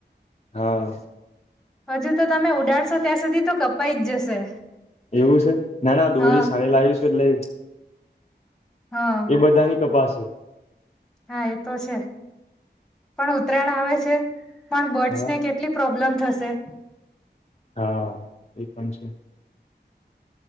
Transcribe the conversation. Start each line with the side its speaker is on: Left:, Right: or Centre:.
Left: હા
Centre: હજુ તો તમે ઉડાડશો ત્યાં સુધી તો કપાઈ જ જશે.
Left: એવું છે ના ના દોરી
Centre: હા
Left: સાાળી લાવીશું એટલે
Centre: હા
Left: એ બધાની કપાાસે
Centre: હા એ તો છે પણ ઉત્તરાયણ આવે છે પણ બર્ડ્સને
Left: હા
Centre: કેટલી પ્રોબ્લેમ થશે.
Left: હા એ પણ છે